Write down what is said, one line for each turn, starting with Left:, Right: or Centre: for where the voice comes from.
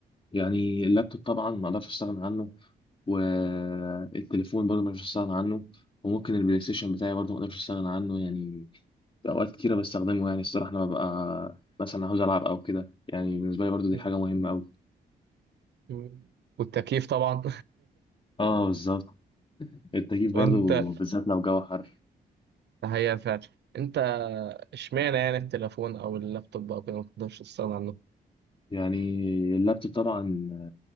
Left: يعني اللابتوب طبعا ما اقدرش استغنى عنه والتليفون برضه ما اقدرش استغنى عنه وممكن البلاي ستيشن بتاعي برضه ما اقدرش استغنى عنه يعني في اوقات كتيره بستخدمه يعني الصراحه لما ببقى مثلا عاوز العب او كده يعني بالنسبه لي برضه دي
Right: مم.
Left: حاجه مهمه قوي
Right: مم. والتكييف طبعا
Left: اه بالظبط التكييف برضه
Right: <laughs> وأنت
Left: بالذات لو جو حر
Right: هي فعلا أنت إشمعنى يعني التليفون أو اللابتوب أو كده ما تقدرش تستغنى عنه
Left: يعني اللابتوب طبعا